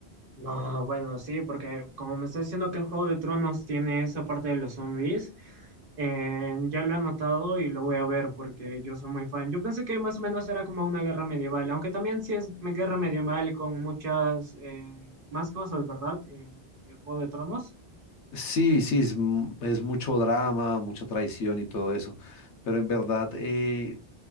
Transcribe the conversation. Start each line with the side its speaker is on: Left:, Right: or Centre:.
Right: No, bueno, sí, porque como me está diciendo que el Juego de Tronos tiene esa parte de los zombies, eh, ya lo he anotado y lo voy a ver porque yo soy muy fan. Yo pensé que más o menos era como una guerra medieval, aunque también sí es me- guerra medieval con muchas eh, más cosas, ¿verdad? Eh, de Juego de Tronos.
Left: Sí, sí, es, mu- es mucho drama, mucha traición y todo eso. Pero en verdad, eh,